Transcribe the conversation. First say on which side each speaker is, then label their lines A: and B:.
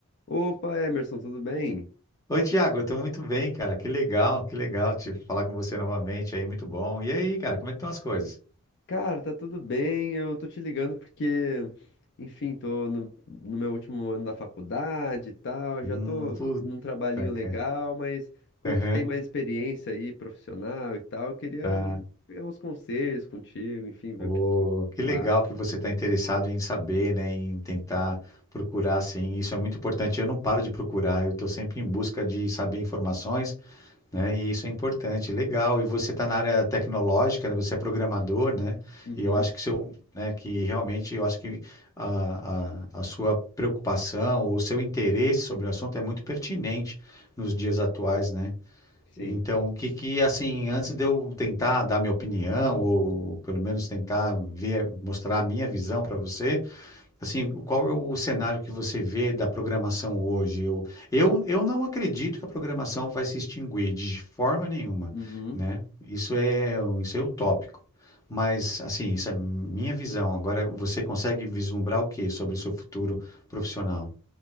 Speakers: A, on the left; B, on the left.
A: Opa, Emerson, tudo bem?
B: Oi, Tiago, eu tô muito bem, cara. Que legal, que legal te falar com você novamente aí, muito bom. E aí, cara, como é que estão as coisas?
A: Cara, tá tudo bem. Eu tô te ligando porque, enfim, tô no, no meu último ano da faculdade e tal. Já
B: Hum,
A: tô
B: puta,
A: num trabalhinho legal,
B: cara.
A: mas como
B: Aham,
A: tu tem mais experiência aí, profissional e tal, eu queria
B: tá.
A: pegar uns conselhos contigo, enfim, ver
B: Ô,
A: o que que tu,
B: que
A: tu
B: legal
A: acha.
B: que você está interessado em saber, né, em tentar procurar, assim, isso é muito importante. Eu não paro de procurar, eu estou sempre em busca de saber informações né? E isso é importante, legal. E você está na área tecnológica, né? Você é programador, né?
A: Uhum,
B: E eu acho que seu, né? Que realmente eu acho que a, a, a sua preocupação ou o seu interesse sobre o assunto é muito pertinente nos dias atuais, né?
A: sim.
B: Então, o que que assim, antes de eu tentar dar minha opinião ou pelo menos tentar ver, mostrar a minha visão para você, Assim, qual é o cenário que você vê da programação hoje? Eu, eu, eu não acredito que a programação vai se extinguir de forma nenhuma,
A: Uhum.
B: né? Isso é, isso é utópico. Mas, assim, isso é minha visão. Agora, você consegue vislumbrar o que sobre o seu futuro profissional?